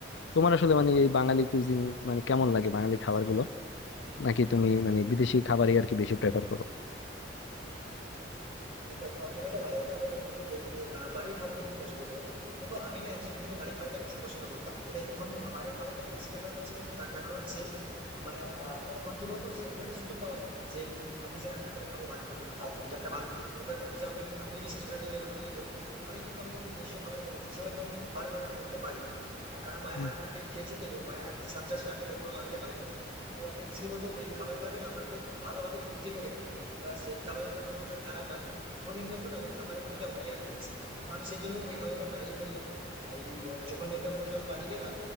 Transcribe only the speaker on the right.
দেখো আহ, তুমি একটা ভালো কথা বলে বন্ধু যে তুমি আহ, বাড়ির খাবারটা খুব পছন্দ করো দেখো আমি না একসময় কিন্তু বাড়ির খাবারটাকে বেশি পছন্দ করতাম তবে এখন বাইরের খাবারটাকে বেশি প্রেফার করছি কেন তার কারণ হচ্ছে আহ, মানে আহ, এখন কি বলতো সেরকম একটা সুযোগ পাওয়া যায় না যে আহ, নিজে রান্না করে খাবো ভালো মতো আর তুমি তো একটা ভালো কথা জানো যে আমি আমি বিশেষ করে নিজের কথা যদি বলি আমি কিন্তু আমার যে দেশীয় খাবার গুলো রয়েছে সেগুলো কিন্তু আমি খুব ভালো করে রান্না করতে পারি আর কারণ মায়ের
হাতে খেয়েছি তো তো মায়ের হাতে স্বাদটা সেটা আমি কখনো আনতে পারি না তো একটা জিনিস কি বলতো ওই খাবার গুলাকে না আমরা খুব ভালোভাবে তৃপ্তি করে খাই এবার সেই খাবার গুলো যখন আমরা খারাপ বানাই ধরুন কিন্তু একটা না ওই খাবারের প্রতি একটা অনীহা চলে আসে তো আমি সেই জন্য ওই খাবারগুলো ট্রাইও করি না আর এই য- যখন বলতে পারি যখন বাড়ি গেলাম